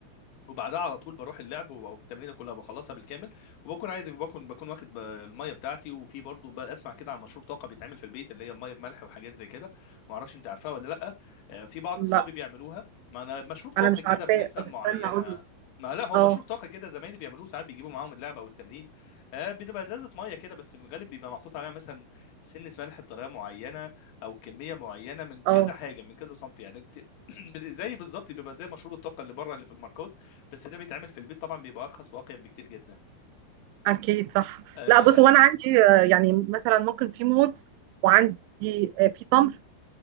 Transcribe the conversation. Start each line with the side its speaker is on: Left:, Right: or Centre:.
Left: وبعدها على طول بروح اللعب و- او التمرينه كلها بخلصها بالكامل وبكون عادي بكون بكون واخد ب- الميه بتاعتي وفي برضه بسمع كده عن مشروب طاقه بيتعمل في البيت اللي هي الميه بملح وحاجات زي كده ما اعرفش انت عارفها ولا لا آه، في بعض
Right: لا
Left: اصحابي بيعملوها ما انا مشروب طاقه
Right: انا مش
Left: كده
Right: عارفاه
Left: بنسب
Right: طب
Left: معينه
Right: استنى اقول لك
Left: ما لا هو
Right: اه
Left: مشروب طاقه كده زمايلي بيعملوه ساعات بيجيبوا معاهم اللعبه او التمرين آه، بتبقى ازازه ميه كده بس بالغالب بيبقى محطوط عليها مثلا سنه ملح بطريقه معينه او كميه معينه من كذا
Right: اه
Left: حاجه من كذا صنف يعني <clears throat> بت- زي بالظبط بيبقى زي مشروب الطاقه اللي بره اللي في الماركات بس ده بيتعمل في البيت طبعا بيبقى ارخص واقيا بكتير جدا
Right: اكيد صح
Left: آه
Right: لا بص هو انا عندي آه، يعني مثلا ممكن في موز وعندي آه، في تمر